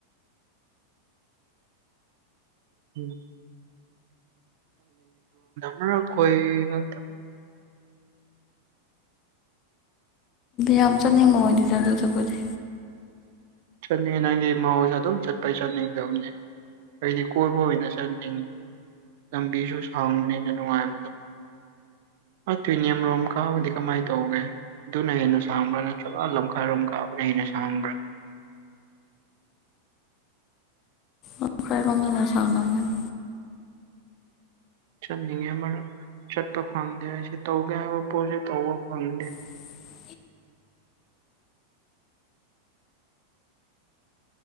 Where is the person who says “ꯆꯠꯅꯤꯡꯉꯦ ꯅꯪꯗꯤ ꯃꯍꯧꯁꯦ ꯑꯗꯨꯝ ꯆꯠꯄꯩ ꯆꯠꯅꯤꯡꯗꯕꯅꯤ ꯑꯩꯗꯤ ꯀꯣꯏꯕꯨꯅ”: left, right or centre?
Right